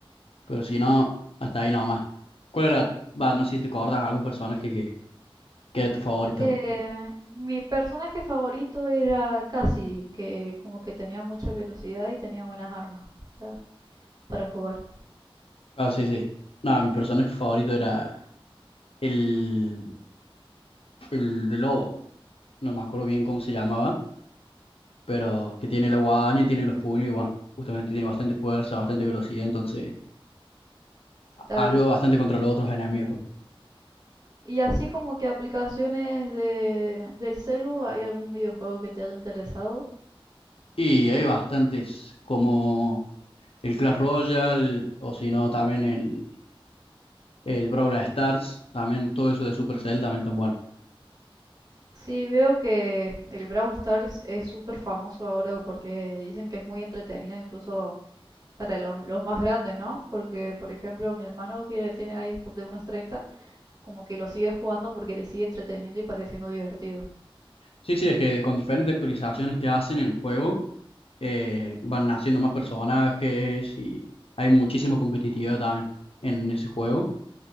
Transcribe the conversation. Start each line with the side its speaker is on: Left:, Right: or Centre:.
Left: Pero si no, hasta ahí nomás. ¿Cuál era? Va, no sé si te acuerdas algún personaje que, que era tu favorito.
Right: Eh, mi personaje favorito era Cassidy, que como que tenía mucha velocidad y tenía buenas armas para, para jugar.
Left: Ah, sí, sí. No, mi personaje favorito era el, el de lobo. No me acuerdo bien cómo se llamaba, pero que tiene la guadaña y tiene los puños y bueno, justamente tiene bastante fuerza, bastante velocidad, entonces
Right: Claro.
Left: ayuda bastante contra los otros enemigos.
Right: Y así como que aplicaciones de, del celu, ¿hay algún videojuego que te haya interesado?
Left: Y hay bastantes, como el Clash Royale, o si no, también el, el Brawl Stars, también todo eso de Supercell también están buenos.
Right: Sí, veo que el Brawl Stars es súper famoso ahora porque dicen que es muy entretenido incluso para los, los más grandes, ¿no? Porque, por ejemplo, mi hermano que tiene ahí pues, de unos 30, como que lo sigue jugando porque le sigue entreteniendo y pareciendo divertido.
Left: Sí, sí, es que con diferentes actualizaciones que hacen el juego, eh, van naciendo más personajes y hay muchísima competitividad también en ese juego.